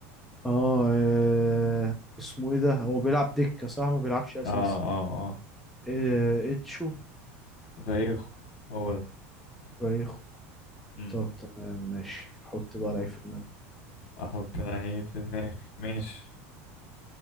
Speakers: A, in the centre; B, on the left (about 70°).
A: اه, آه اسمه ايه ده هو بيلعب دكة صح ما بيلعبش اساسي
B: اه اه اه
A: آه اتشو
B: زيخو هو ده
A: بايخو
B: امم
A: طب تمام ماشي حط بقى لعيب في دماغي
B: احط لعيب في دماغي ماشي